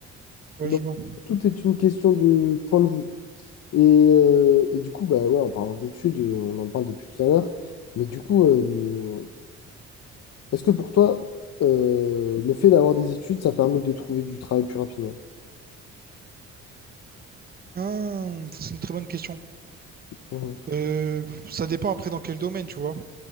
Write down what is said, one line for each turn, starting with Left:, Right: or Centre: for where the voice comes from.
Right: Ouais,
Left: Donc,
Right: je vois.
Left: tout est une question de point de vue. Et, euh, et du coup, bah ouais, en parlant d'études, euh, on en parle depuis tout à l'heure. Mais du coup, euh, est-ce que pour toi, euh, le fait d'avoir des études, ça permet de trouver du travail plus rapidement?
Right: Ah, ça, c'est une très bonne question.
Left: Mhm.
Right: Euh, ça dépend après dans quel domaine, tu vois.